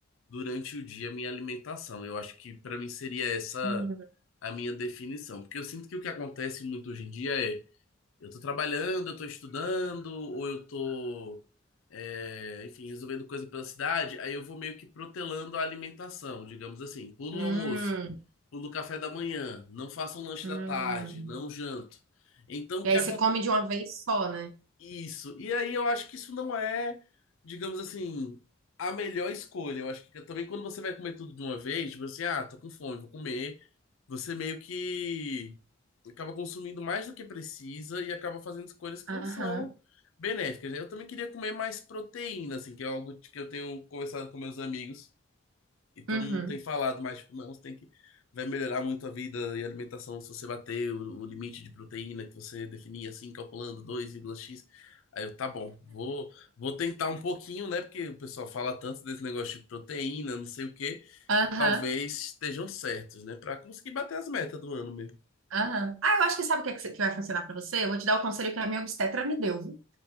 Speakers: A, on the left; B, on the right.
A: durante o dia a minha alimentação. Eu acho que para mim seria essa
B: Hum,
A: a minha definição, porque eu sinto que o que acontece muito hoje em dia é eu tô trabalhando, eu tô estudando, ou eu tô é, enfim, resolvendo coisa pela cidade, aí eu vou meio que protelando a alimentação, digamos assim, pulo
B: hum,
A: o almoço, pulo o café da manhã, não faço um lanche
B: hum.
A: da tarde, não janto. Então, o
B: E
A: que
B: aí você come de uma vez só, né?
A: isso. E aí eu acho que isso não é, digamos assim, a melhor escolha. Eu acho que também quando você vai comer tudo de uma vez, tipo assim, ah, tô com fome, vou comer. Você meio que acaba consumindo mais do que precisa e acaba fazendo escolhas que
B: Aham.
A: não são benéficas. né? Eu também queria comer mais proteína, assim, que é algo que eu tenho conversado com meus amigos. E todo
B: Uhum.
A: mundo tem falado, mas tipo, não, você tem que. Vai melhorar muito a vida e a alimentação se você bater o, o limite de proteína que você definia assim, calculando dois vírgula x Aí eu, tá bom, vou, vou tentar um pouquinho, né? Porque o pessoal fala tanto desse negócio de proteína, não sei o quê,
B: Aham.
A: que talvez estejam certos, né? Pra conseguir bater as metas do ano mesmo.
B: Aham. Ah, eu acho que sabe o que, é que que vai funcionar pra você? Eu vou te dar o conselho que a minha obstetra me deu, viu?